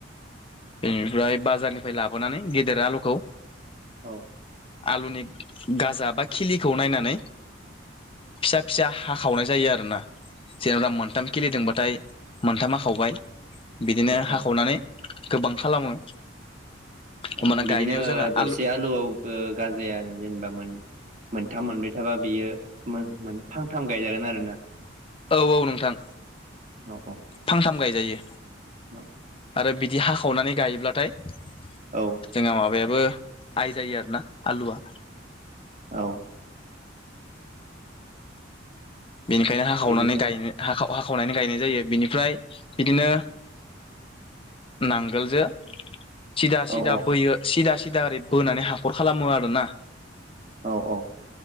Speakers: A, on the left; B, on the right.
A: बेनिफ्राय बाजारनिफ्राय लाबोनानै गेदेर आलुखौ
B: औ।
A: आलुनि गाजा बा खिलिखौ नायनानै फिसा फिसा हाखावनाय जायो आरोना जेनेबा मोनथाम खिलिदोंबाथाय मोनथाम हाखावबाय बिदिनो
B: औ
A: हाखावनानै गोबां खालामो।
B: उम
A: होमबाना
B: बिदिनो
A: गायनायाव जोंहा
B: दरसे
A: आलु
B: आलुआव ओ गाजाया जेनेबा मोन मोनथाम मोनब्रै थाबा बियो मोन मोन फांथाम गायजागोन आरोना?
A: औ औ नोंथां
B: औ औ
A: फांथाम गायजायो।
B: <unintelligible>
A: आरो बिदि हाखावनानै गायोब्लाथाय जोंहा
B: औ
A: माबाया बो आइ जायो आरोना आलुआ।
B: औ
A: बेनिखायनो हाखावनानै
B: बेनिफ्राय
A: हाखावनानै गायनाय जायो बिनिफ्राय बिदिनो नांगोलजों सिदा सिदा
B: औ औ
A: बोयो सिदा सिदा ओरै बोनानै हाखर खालामो आरोना।
B: औ औ